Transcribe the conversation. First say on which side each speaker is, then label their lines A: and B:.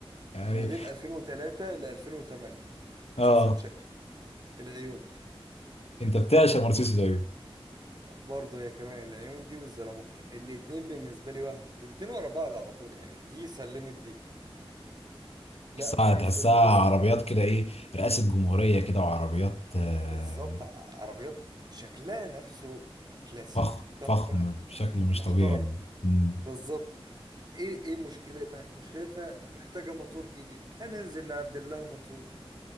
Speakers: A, on the left; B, on the right.
A: <laughs> يعني
B: موديل 2003 ل 2008
A: اه
B: أحسن شكل العيون
A: انت بتعشق مرسيدس طيب
B: برضه هي كمان العيون دي والزلموكة الاتنين بالنسبة لي وهم والاتنين ورا بعض على طول يعني دي سلمت دي لا
A: تحسها
B: في
A: تحسها
B: في النص
A: عربيات كده ايه رئاسة جمهورية كده وعربيات آه،
B: بالظبط ع- عربيات شكلها نفسه كلاسيك
A: فخم
B: تحفة
A: فخم بشكل مش
B: محترمة
A: طبيعي مم.
B: بالظبط ايه ايه مشكلتها مشكلتها محتاجة موتور جديد هننزل نعدل لها موتور